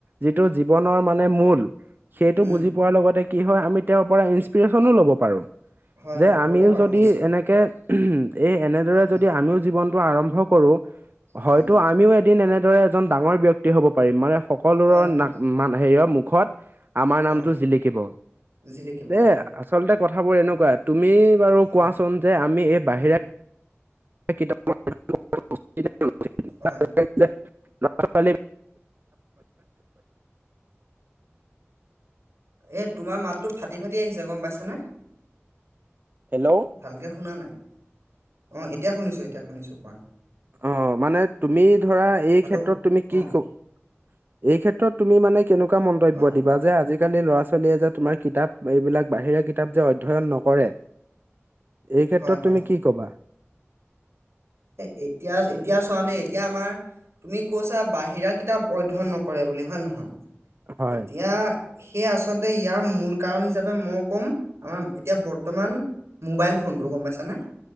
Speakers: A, on the right; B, on the right.
A: যিটো জীৱনৰ মানে মূল সেইটো
B: উম,
A: বুজি পোৱাৰ লগতে কি হয় আমি তেওঁৰ পৰা ইনসপ্ৰেশ্যনো ল'ব পাৰোঁ।
B: হয়,
A: যে
B: হয়,
A: আমিও
B: ল'ব পাৰোঁ
A: যদি
B: নিশ্চয়,
A: এনেকে এনেদৰে
B: উম,
A: এই যদি আমিও জীৱন আৰম্ভ কৰো। হয়তো
B: উম,
A: আমিও এদিন এনেদৰে এজন ডাঙৰ ব্য়ক্তি হ'ব পাৰিম মানে সকলোৰ
B: হয়, হয়,
A: না মা হেৰিয়ৰ মুখত আমাৰ
B: অ',
A: নামটো জিলিকিব।
B: জিলিকিব
A: দে
B: হয়,
A: আচলতে কথাবোৰ এনেকুৱা তুমি বাৰু কোৱাচোন
B: অ'।
A: যে আমি এই বাহিৰা
B: উম,
A: কিত <unintelligible>
B: হয়,
A: <unintelligible>
B: এই তোমাৰ মাতটো ফাটি ফাটি আহিছে গম পাইছানে?
A: হেল্ল'।
B: ভালকৈ শুনা নাই। অ এতিয়া শুনিছোঁ এতিয়া শুনিছোঁ কোৱা।
A: অ মানে তুমি ধৰা এই
B: হেল্ল',
A: ক্ষেত্ৰত তুমি কি
B: অ',
A: ক এই ক্ষেত্ৰত তুমি মানে কেনেকুৱা মন্তব্য
B: অ',
A: দিবা যে আজি আজিকালি ল'ৰা ছোৱালীয়ে যে তোমাৰ কিতাপ এইবিলাক বাহিৰা কিতাপ যে অধ্যয়ন নকৰে এই ক্ষেত্ৰত
B: হয়, হয়।
A: তুমি কি কবা?
B: এ এতিয়া এতিয়া চোৱ দেই এতিয়া আমাৰ তুমি কৈছা বাহিৰা কিতাপ অধ্যয়ন নকৰে বুলি হয়ে নহয়
A: হয়।
B: এতিয়া সেয়ে আচলতে ইয়াৰ মূল কাৰণ হিচাপে মই ক'ম আমাৰ এতিয়া বৰ্তমান মোবাইল ফোনটো গম পাইছানে?